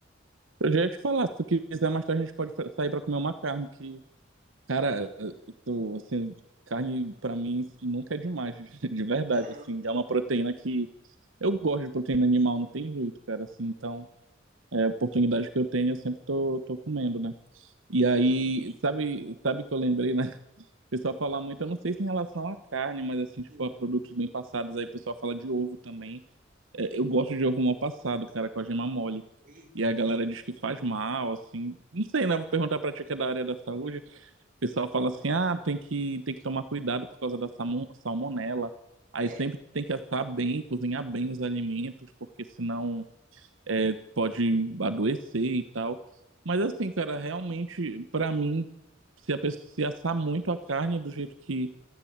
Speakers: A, on the right; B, on the right.
A: Eu já ia te falar, se tu quiser mais tarde, a gente pode sair para comer uma carne que, cara, eu tô, assim, carne para mim nunca é demais, <laughs> de verdade,
B: Aham,
A: assim, é uma proteína que eu gosto de proteína animal, não tem jeito, cara, assim, então, é a oportunidade que eu tenho, eu sempre tô, tô comendo, né? E
B: uhum,
A: aí, sabe, sabe que eu lembrei, né? O pessoal fala muito, eu não sei se em relação à carne, mas assim, tipo,
B: sim.
A: a produtos bem passados, aí o pessoal fala de ovo também. É, eu gosto de ovo mal passado, cara, com a gema mole.
B: Eita.
A: E a galera diz que faz mal, assim. Não sei, né? Vou perguntar pra tia que é da área da saúde. O pessoal fala assim, ah, tem que, tem que tomar cuidado por causa da salmo- salmonela. Aí
B: É,
A: sempre tem que assar bem, cozinhar bem os alimentos, porque senão é, pode adoecer e tal. Mas assim, cara, realmente, pra mim, se a pessoa se assar muito a carne do jeito que